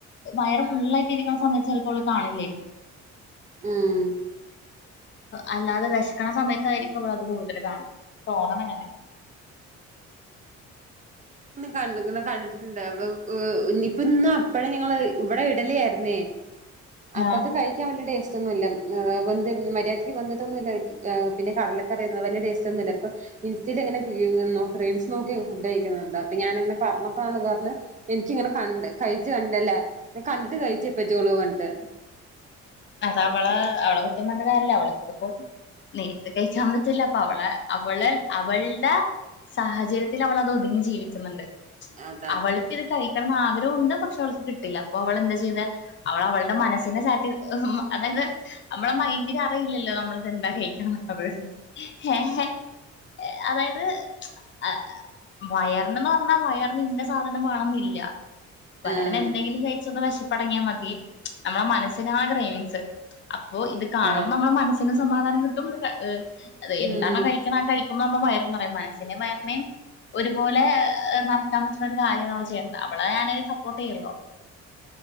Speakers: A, on the left; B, on the right.
A: വയറ് ഫുള്ളായിട്ടിരിക്കുന്ന സമയത്ത് ചിലപ്പോ അവള് കാണില്ലായിരിക്കും
B: ഉം
A: അല്ലാതെ വിശക്കണ സമയത്തായിരിക്കും അവളത് കൂടുതല് കാണുക തോന്നണങ്ങനെ
B: കണ്ട്ക്കണ് കണ്ടിട്ടുണ്ട് അവള് ഏഹ് ഇനീപ്പൊ ഇന്ന് അപ്പഴേ ഞങ്ങള് ഇവിടെ ഇഡ്ഡലി ആയിരുന്നേ അപ്പൊ
A: ആ
B: അത് കഴി ക്കാൻ വല്ല ടേസ്റ്റ് ഒന്നുമില്ല ഏഹ് വെന്ത് മര്യാദക്ക് വെന്തിട്ടൊന്നൂലേ ഏഹ് പിന്നെ കടലക്കറിയുന്നത് വല്ലിയ ടേസ്റ്റ് ഒന്നുമില്ല ഇപ്പൊ ഇൻസ്റ്റയിൽ ഇങ്ങനെ ഫി റീൽസ് നോക്കി ഫുഡ്ഡ് കഴിക്കുന്നെ കണ്ടു അപ്പൊ ഞാനിങ്ങനെ പറഞ്ഞപ്പോഴാണ് പറഞ്ഞെ എനിക്കിങ്ങനെ കണ്ട് കഴിച്ച് കണ്ടല്ല കണ്ടിട്ട് കഴിച്ചേപ്പറ്റോളോ പറഞ്ഞിട്ട്
A: അതവളെ അവളെ കുറ്റം പറഞ്ഞിട്ട് കാര്യോല അവൾക്കിപ്പോ നേരിട്ട് കഴിക്കാൻ പറ്റുല്ല അപ്പൊ അവളെ അവള് അവൾടെ സാഹചര്യത്തിൽ അവൾ അത് ഒതുങ്ങി ജീവിക്കുന്നുണ്ട്
B: അതാ
A: അവൾ ഇത് കഴിക്കണംന്ന് ആഗ്രഹവുണ്ട് പക്ഷെ അവൾക്ക് കിട്ടില്ല അപ്പൊ അവൾ എന്താ ചെയ്തേ അവൾ അവളുടെ മനസ്സിനെ സാറ്റി അതായത് നമ്മളെ മൈന്റിന് അറിയില്ലല്ലോ നമ്മളിത് എന്താ കഴിക്കണെന്നുള്ളത് ഏഹ് എ അതായത് മ്മച് <unintelligible> ആ വയറിനന്ന് പറഞ്ഞാ വയറിന് ഇന്ന സാധനം വേണംന്നില്ല വയറിന്
B: ആഹ്
A: എന്തെങ്കിലും കഴിച്ചൊന്ന് വെശപ്പടങ്ങിയാ മതി നമ്മളെ മനസ്സിനാണ് കെറെൻസ് അപ്പോ ഇത് കാണുമ്പോ
B: അതെ
A: നമ്മളെ മനസ്സിന് സമാധാനം കിട്ടും ഏ
B: ഉം
A: എന്താണോ കഴിക്കുന്നത് ആ കഴി ഇപോ നമ്മ വയറും നെറയും മനസ്സിനേം വയറിനേം - ഒരുപോലെ നറക്കാൻ പറ്റുന്ന ഒരു കാര്യണ് അവള് ചെയ്യേണത് അവളെ ഞാൻ സപ്പോർട്ട് ചെയ്യുള്ളൂ